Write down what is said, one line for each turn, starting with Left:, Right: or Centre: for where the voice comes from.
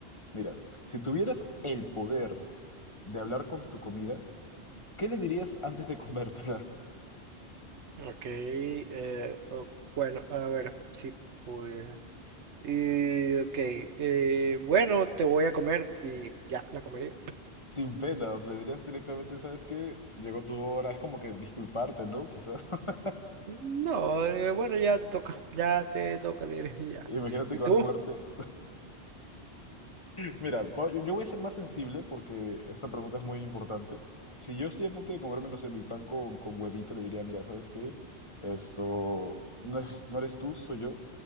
Left: Mira, si tuvieras el poder de hablar con tu comida, ¿qué le dirías antes de comértela?
Right: Ok, eh, o- bueno, a ver si pude. Y, ok, eh, bueno, te voy a comer y ya, la comería.
Left: Sin penas, le dirías directamente, ¿sabes qué? Llegó tu hora, es como que disculparte, ¿no? Quizás. <laughs>
Right: No, eh, bueno, ya te toca, ya te toca, le diré, y <laughs> ya.
Left: Imagínate
Right: ¿Y
Left: que
Right: tú?
Left: vas a comerte
Right: <laughs>
Left: Mira, vo- yo yo voy a ser más sensible porque esta pregunta es muy importante. Si yo estoy a punto de comerme, no sé, mi pan con, con huevito, le diría, mira, ¿sabes qué? Esto no es- no eres tú, soy yo.